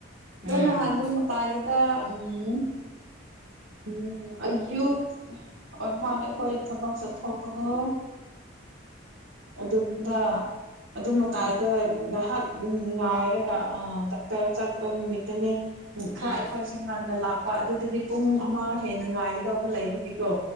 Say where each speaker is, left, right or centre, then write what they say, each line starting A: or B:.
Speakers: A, on the right; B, on the right.
A: ꯑꯗꯣ
B: ꯎꯝ
A: ꯅꯍꯥꯟꯗꯣ ꯇꯥꯏꯗꯦꯗ ꯎꯝ ꯎꯝ ꯑꯌꯨꯛ ꯑꯗꯨꯃꯅ ꯑꯩꯈꯣꯏ ꯊꯕꯛ ꯆꯠꯊꯣꯛꯄꯗꯣ ꯑꯗꯨꯗ ꯑꯗꯨ ꯃꯇꯥꯏꯗ
B: ꯎꯝ
A: ꯉꯥꯏꯍꯥꯛ ꯎ ꯉꯥꯏꯔꯒ ꯑ ꯗꯥꯛꯇꯔ ꯆꯠꯄ ꯅꯨꯃꯤꯠꯇꯅꯦ
B: ꯎꯝ
A: ꯈꯔ ꯑꯩꯈꯣꯏ ꯉꯟꯅ ꯂꯥꯛꯄ ꯑꯗꯨꯗꯗꯤ ꯄꯨꯡ ꯑꯃ ꯍꯦꯟꯅ ꯉꯥꯏꯒꯗꯧꯕ ꯂꯩꯕꯒꯤꯀꯣ